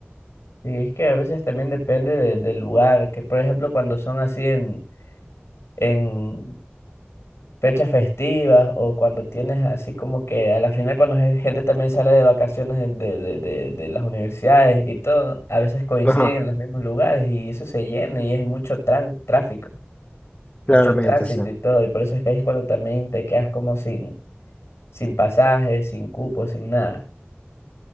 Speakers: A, on the left; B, on the left.
A: Y es que a veces también depende de- del lugar, que por ejemplo cuando son así en, en fechas festivas o cuando tienes así como que a la final cuando gen- gente también sale de vacaciones de, de, de, de las universidades y todo, a veces coinciden
B: Ajá,
A: en los mismos lugares y eso se llena y es mucho trá- tráfico.
B: claramente,
A: mucho tránsito
B: sí.
A: y todo, y por eso es que ahí es cuando también te quedas como sin, sin pasajes, sin cupos, sin nada.